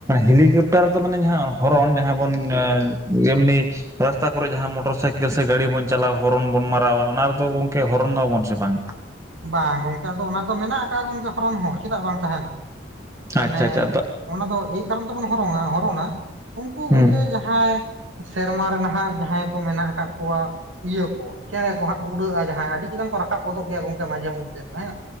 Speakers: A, on the right (about 15°); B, on the right (about 90°).
A: ᱦᱮᱞᱤᱠᱟᱯᱴᱟᱨ ᱫᱚ ᱢᱟᱱᱮ ᱡᱟᱦᱟᱸ ᱦᱚᱨᱚᱱ ᱡᱟᱦᱟᱸ ᱵᱚᱱ ᱮᱢᱱᱤ ᱨᱟᱥᱛᱟ ᱠᱚᱨᱮ ᱡᱟᱦᱟᱸ ᱢᱚᱴᱚᱨ ᱥᱟᱭᱠᱮᱞ ᱥᱮ ᱜᱟᱹᱰᱤ ᱵᱚᱱ ᱪᱟᱞᱟᱣ ᱦᱚᱨᱚᱱ ᱵᱚᱱ ᱢᱟᱨᱟᱣᱟ, ᱚᱱᱟ ᱨᱮᱫᱚ ᱜᱚᱝᱠᱮ ᱦᱚᱨᱚᱱ ᱱᱟᱵᱚᱱ ᱥᱮ ᱵᱟᱝ?
B: ᱵᱟᱝ ᱜᱚᱝᱠᱮ ᱟᱫᱚ ᱚᱱᱟ ᱨᱮ ᱫᱚ ᱢᱮᱱᱟᱜ ᱟᱠᱟᱜ ᱜᱚᱝᱠᱮ ᱦᱚᱨᱚᱱ ᱦᱚᱸ ᱪᱮᱫᱟᱜ ᱵᱟᱝ ᱛᱟᱦᱮᱸᱱᱟ᱾ ᱢᱟᱱᱮ,
A: ᱟᱪᱪᱷᱟ ᱟᱪᱪᱷᱟ
B: ᱚᱱᱟ ᱫᱚ ᱮᱭ ᱠᱟᱨᱚᱱ ᱛᱮᱵᱚᱱ ᱦᱚᱨᱚᱝᱟ ᱦᱚᱨᱚᱱᱟ᱾ ᱩᱱᱠᱩ
A: ᱦᱩᱸ
B: ᱜᱚᱝᱠᱮ ᱡᱟᱦᱟᱸ ᱡᱟᱦᱟᱸᱭ ᱥᱮᱨᱢᱟ ᱨᱮ ᱱᱟᱦᱟᱸᱜ ᱡᱟᱦᱟᱸᱭ ᱠᱚ ᱢᱮᱱᱟᱜ ᱟᱠᱟᱫ ᱠᱚᱣᱟ ᱤᱭᱟᱹ ᱠᱚ ᱪᱮᱬᱮ ᱠᱚ ᱦᱟᱸᱜ ᱠᱚ ᱩᱰᱟᱹᱜᱼᱟ ᱡᱟᱦᱟᱸᱭ ᱟᱹᱰᱤ ᱪᱮᱛᱟᱱ ᱠᱚ ᱨᱟᱠᱟᱵ ᱜᱚᱫᱚᱜ ᱜᱮᱭᱟ ᱜᱚᱝᱠᱮ ᱢᱟᱡᱷᱮ ᱢᱚᱫᱽᱫᱷᱮ ᱫᱚ ᱦᱮᱸ